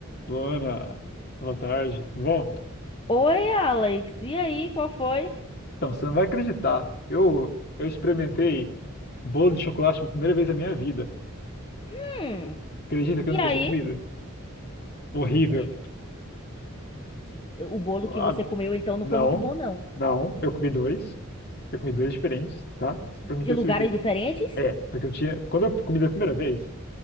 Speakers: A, on the left; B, on the left.
A: Luana, boa tarde. Tudo Bom,
B: Oi, Alex. E aí, qual foi?
A: então, você não vai acreditar. Eu, eu experimentei bolo de chocolate pela primeira vez na minha vida.
B: Hum.
A: Acredita que
B: E
A: eu nunca
B: aí?
A: tinha comido? Horrível.
B: É, Que- O bolo
A: Ah,
B: que você comeu então não
A: não,
B: foi muito bom, não.
A: não. Eu comi dois. Eu comi dois diferentes, tá? Só pra mim
B: De
A: ter
B: lugares
A: certeza.
B: diferentes?
A: É, porque eu tinha. Quando eu comi da primeira vez,